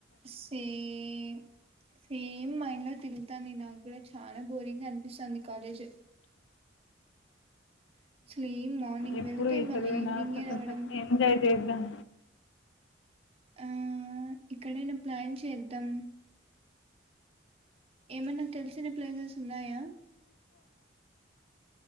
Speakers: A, on the right; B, on the left.
A: సేమ్ సేమ్ మైండ్ లో తిరుగుతాంది నాకు కూడా చాలా బోరింగ్ గా అనిపిస్తాంది కాలేజ్ అసలు ఏం మార్నింగ్
B: ఎప్పుడు
A: వెళ్తే
B: ఈ
A: మళ్ళీ
B: చదువే
A: ఈవినింగే
B: నా అట్ల
A: రావడం
B: కొంచం ఎంజాయ్ వేద్దాం
A: ఆ ఇక్కడైనా ప్లాన్ చేద్దాం ఏమన్నా తెలిసిన ప్లేసెస్ ఉన్నాయా